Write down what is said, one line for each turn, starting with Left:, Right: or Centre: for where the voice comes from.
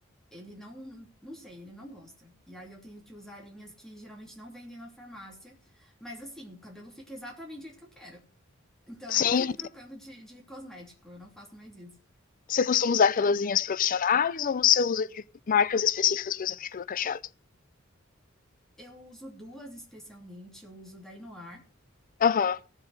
Centre: ele não, não sei, ele não gosta. E aí eu tenho que usar linhas que geralmente não vendem na farmácia. Mas assim, o cabelo fica exatamente do jeito que eu quero. Então
Left: Sim.
Centre: eu não fico trocando de, de cosmético, eu não faço mais isso.
Left: Você costuma usar aquelas linhas profissionais ou você usa de marcas específicas, por exemplo, de cabelo cacheado?
Centre: Eu uso duas especialmente, eu uso da Inoar,
Left: Aham.